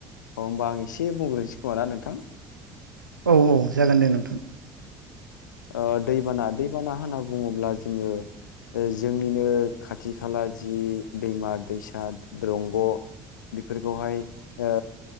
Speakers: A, on the left; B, on the right.
A: अ होमबा आं एसे बुंग्रोनिसै खोमा ना नोंथां
B: औ-औ जागोन दे नोंथां
A: ओ दैबाना दैबाना होनना बुङोब्ला जोङो ओ जोंनिनो खाथि खाला जि दैमा दैसा दंग' बेफोरखौहाय ओ